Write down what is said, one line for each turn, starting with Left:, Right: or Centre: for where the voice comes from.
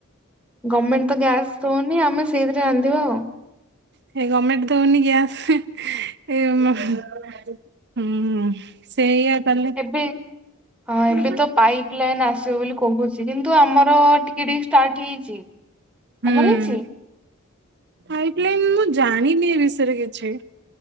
Centre: ଗମେଣ୍ଟ ତ ଗ୍ୟାସ୍ ଦଉନି ଆମେ ସେଇଥିରେ ରାନ୍ଧିବା ଆଉ।
Right: ସେ ଗମେଣ୍ଟ ଦଉନି ଗ୍ୟାସ୍ ଏ <unintelligible> ହୁଁ, ସେଇଆ। କଲେ
Centre: ଏବେ, ହଁ ଏବେ
Right: ହୁଁ
Centre: ତ ପାଇ ପ୍ ଲାଇନ୍ ଆସିବ ବୋଲି କହୁଛି କିନ୍ତୁ ଆମର ଟିକେ ଟିକେ ଷ୍ଟାର୍ଟ ହେଇଛି। ତମର
Right: ହୁଁ,
Centre: ହେଇଛି?
Right: ପାଇପ୍ ଲାଇନ୍ ମୁ ଜାଣିନି ଏ ବିଷୟରେ କିଛି।